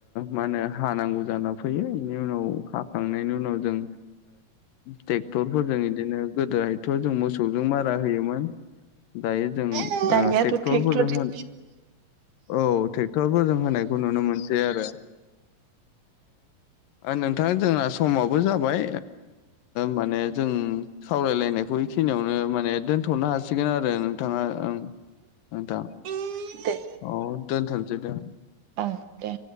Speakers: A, on the left; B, on the right.
A: मा होनो हानांगौ जाना फैयो बेनि उनाव खांनायनि उनाव जों ट्रेक्टरफोरजों बिदिनो गोदोहायथ' जों मोसौजों मारा होयोमोन दायो जों
B: ओं दानियाथ'
A: ट्रेक्टर
B: ट्रेक्टरजों
A: होगमोन औ ट्रेक्टरफोरजों होनायखौ नुनो मोनसै आरो नोंथां जोंना समावबो जाबाय माने जों सावरायलायनायखौ बेखिनियावनो माने दोनथ'नो हासिगोन आरो नोंथाङा ओं नोंथां
B: <inaudible> दे
A: औ दोनथ'नोसै दे
B: औ दे!